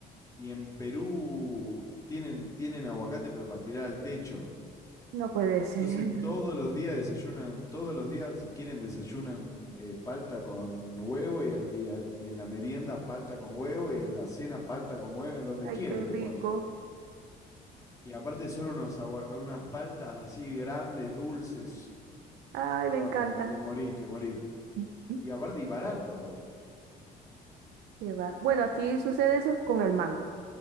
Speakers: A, on the left; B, on the right.
A: Y en Perú tienen, tienen aguacate, pero para tirar al techo.
B: No puede ser.
A: Entonces todos
B: <laughs>
A: los días desayunan, todos los días si quieren desayunan eh, palta con huevo y, al- y al- y en la merienda palta con huevo y en la cena palta con huevo, donde
B: Ay,
A: quieran
B: qué
A: le
B: rico.
A: ponen. Y aparte son unos agua- unas paltas así grandes, dulces.
B: Ay, me
A: No,
B: encantan.
A: te, mo- te morís, te morís.
B: <laughs>
A: Y aparte, y barato aparte.
B: Qué va. Bueno, aquí sucede eso con el mango,